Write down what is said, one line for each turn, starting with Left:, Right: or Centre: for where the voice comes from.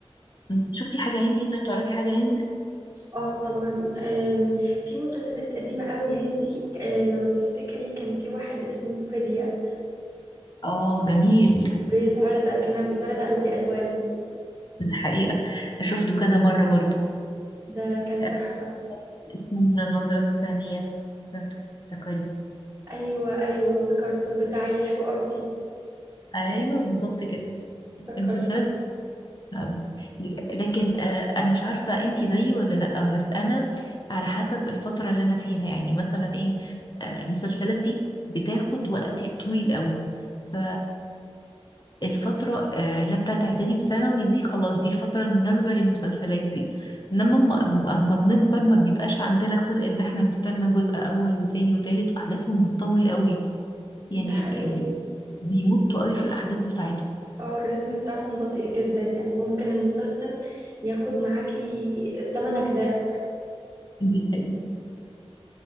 Left: مم. شفتي حاجة هندي طيب تعرفي حاجة هندي؟
Right: اه طبعا آم، في مسلسلات قديمة قوي هندي آه لو تفتكري كان في واحد اسمه فدية
Left: اه جميل
Right: بيتعرض كان بيتعرض على ذي ألوان
Left: <laughs> الحقيقة شفته كذا مرة برضو
Right: ده كان
Left: آه،
Right: تحفة
Left: اسمه من النظرة الثانية لو تفتكري
Right: ايوه ايوه افتكرته بتاع ياش وارتي
Left: ايوه بالظبط كده
Right: افتكرت
Left: المسلسلات آه، لكن آه انا مش عارفة انتي زيي ولا لأ بس انا على حسب الفترة اللي انا فيها يعني مثلا ايه آه المسلسلات دي بتاخد وقت طويل قوي ف الفترة آه، لا بتاعت إعدادي وثانوي دي خلاص دي الفترة المناسبة للمسلسلات دي إنما أما أما بنكبر ما بيبقاش عندنا خلق إن إحنا نستنى جزء أول وتاني وتالت وأحداثهم بتطول قوي يعني
Right: ده حقيقي
Left: ب- بيمطوا قوي في الأحداث بتاعتهم
Right: اه الريتم بتاعهم بطيء جدا يعني ممكن المسلسل ياخد معاكي التمن أجزاء
Left: دي حقيقة